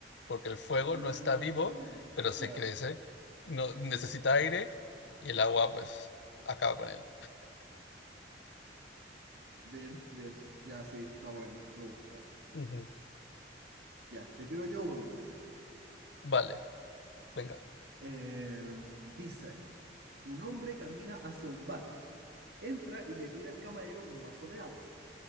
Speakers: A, on the left; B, on the right.
A: porque el fuego
B: Eh, ah,
A: no está vivo, pero
B: claro,
A: se crece, no
B: sí,
A: necesita
B: sí.
A: aire y el agua pues acaba con él.
B: Bien, bien. Ya sí, está bueno, me gusta.
A: Ujú.
B: Ya, te tiro yo uno entonces.
A: Vale, venga.
B: Eh, dice, un hombre camina hacia un bar, entra y le pide al camarero un vaso de agua.